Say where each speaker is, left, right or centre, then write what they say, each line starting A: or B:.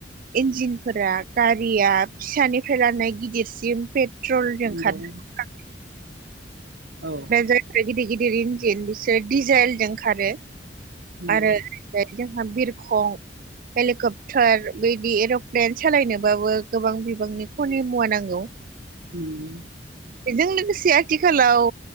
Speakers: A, on the right (about 50°); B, on the right (about 70°).
A: इन्जिन फोर गारिया फिसानिफ्राय लानाय गिदिरसिम पेट्रलजों
B: नंगौ
A: खार आरो
B: औ
A: जाय आरो गिदिर गिदिर इन्जिन बिसोरो दिडिजेलजों खारो
B: नंगौ
A: आरो जोंहा बिरखं हेलिकप्टार बिदि एर'प्लेन सालायनोबाबो गोबां बिबांनि खनि मुवा नांगौ <inaudible>
B: उम।
A: बेजों लोगोसे आथिखालाव